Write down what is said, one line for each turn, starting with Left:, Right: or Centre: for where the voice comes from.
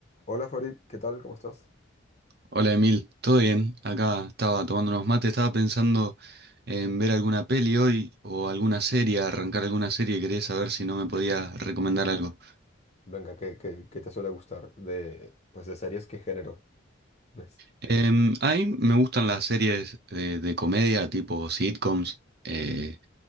Left: Hola Fabri, ¿qué tal? ¿Cómo estás?
Right: Hola Emil, ¿todo bien? Acá estaba tomando unos mates, estaba pensando en ver alguna peli hoy o alguna serie, arrancar alguna serie, quería saber si no me podías recomendar algo.
Left: Venga, ¿qué, qué- qué te suele gustar de, pues, de series? ¿Qué género ves?
Right: Em, a mí me gustan las series eh, de, comedia, tipo sitcoms, eh,